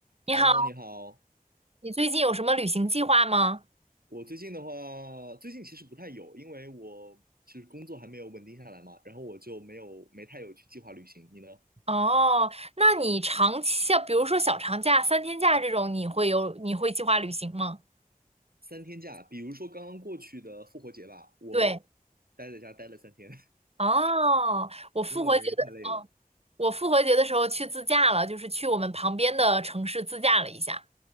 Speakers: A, on the right (about 40°); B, on the right (about 80°).
A: 你好，
B: Hello，你好。
A: 你最近有什么旅行计划吗？
B: 我最近的话，最近其实不太有，因为我其实工作还没有稳定下来嘛，然后我就没有没太有去计划旅行。你呢？
A: 哦，那你长期，像比如说小长假、三天假这种，你会有，你会计划旅行吗？
B: 三天假，比如说刚刚过去的复活节吧，我
A: 对，
B: 待在家待了三天，
A: 哦，
B: <laughs>
A: 我复活节的，
B: 因为太累了
A: 我复活节的时候去自驾了，就是去我们旁边的城市自驾了一下。